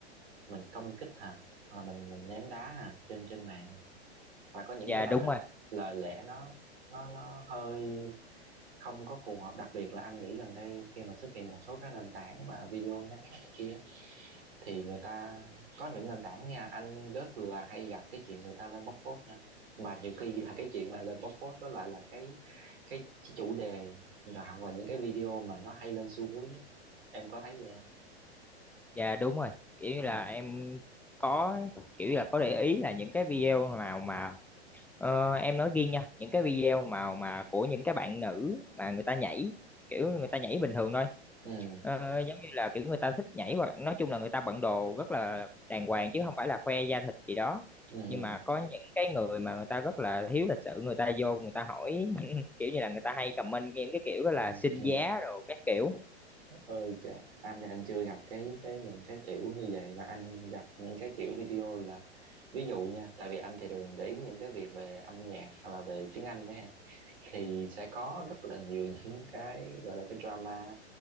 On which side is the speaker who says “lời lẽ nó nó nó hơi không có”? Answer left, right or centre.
Right